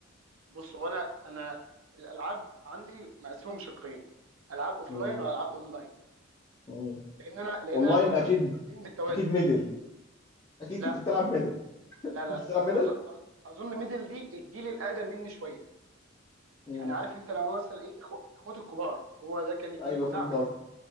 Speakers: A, on the right; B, on the left.
A: بص هو انا انا الالعاب عندي مقسمهم شقين العاب اوفلاين
B: مم.
A: والعاب اونلاين
B: مم.
A: لان انا لان
B: اونلاين
A: انا كنت
B: اكيد
A: ماشي في الاثنين بالتوازي
B: اكيد ميدل اكيد
A: لا
B: كنت بتلعب ميدل
A: لا لا
B: كنت بتلعب ميدل
A: اظن اظن ميدل دي الجيل الاقدم مني شويه
B: مم.
A: يعني عارف انت لو مثلا ايه إخو- اخوات الكبار هو ده كان الجيل
B: ايوه
A: بتاع
B: فهمت
A: ميدل
B: قصدك